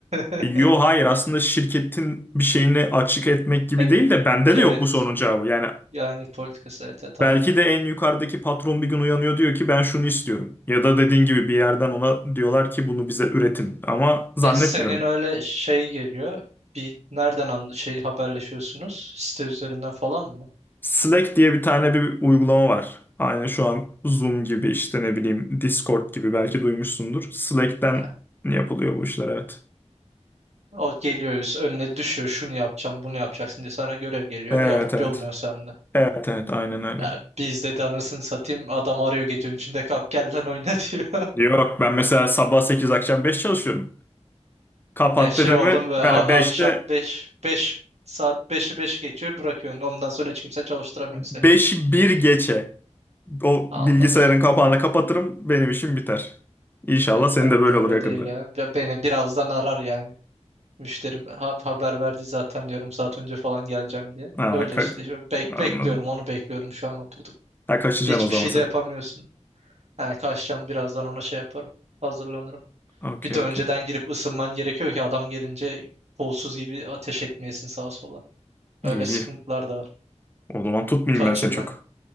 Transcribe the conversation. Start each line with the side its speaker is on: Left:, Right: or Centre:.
Right: <laughs>
Left: Yo hayır aslında şirketin bir şeyini açık etmek gibi
Right: E,
Left: değil de bende
Right: Evet.
Left: de yok bu sorunun cevabı. Yani
Right: Yani politikası. Evet, evet anladım.
Left: Belki de en yukarıdaki patron bir gün uyanıyor diyor ki ben şunu istiyorum. Ya da dediğin gibi bir yerden ona diyorlar ki bunu bize üretin. Ama zannetmiyorum.
Right: E, senin öyle şey geliyor. Bir nereden anla- şey haberleşiyorsunuz? Site üzerinden falan mı?
Left: Slack diye bir tane bir uygulama var. Aynı şu an Zoom gibi işte ne bileyim Discord gibi belki duymuşsundur. Slack'ten
Right: Ha,
Left: yapılıyor bu işler evet.
Right: O geliyor önüne düşüyor şunu yapacağım bunu yapacaksın diye sana görev geliyor
Left: Evet
Right: yapıp
Left: evet.
Right: yolluyorsun sen de.
Left: Evet evet aynen öyle.
Right: Ya biz dedi anasını satayım adam arıyor gecenin içinde kalk gel lan oyna <laughs> diyor.
Left: Yok ben mesela sabah 8 akşam 5 çalışıyorum. Kapat
Right: He, şey
Left: dedemi
Right: oldum ve
Left: ben
Right: a-
Left: beşte
Right: akşam 5 5 saat beş'i 5 geçiyor bırakıyorsun. Ondan sonra hiç kimse çalıştıramıyor seni.
Left: 5 bir geçe. O
Right: Anladım.
Left: bilgisayarın kapağını kapatırım. Benim işim biter. İnşallah
Right: Yok
Left: senin
Right: ben
Left: de böyle
Right: de öyle
Left: olur yakında.
Right: değil ya. Ya Beni birazdan arar yani. Müşterim ha- haber verdi zaten diyorum saat önce falan geleceğim diye.
Left: Ha,
Right: Öyle
Left: ka-
Right: işte. Şöyle Bek
Left: anladım.
Right: bekliyorum onu bekliyorum şu an oturdum.
Left: Ha kaçacaksın
Right: Hiçbir
Left: o zaman
Right: şey
Left: sen.
Right: de yapamıyorsun. He, kaçacağım birazdan ona şey yaparım. Hazırlanırım.
Left: Okey
Right: Bir de
Left: okey.
Right: önceden girip ısınman gerekiyor ki adam gelince kolsuz gibi ateş etmeyesin sağa sola. Öyle
Left: İyi iyi.
Right: sıkıntılar da var.
Left: O zaman tutmayayım
Right: Kaçayım
Left: ben seni çok.
Right: ben.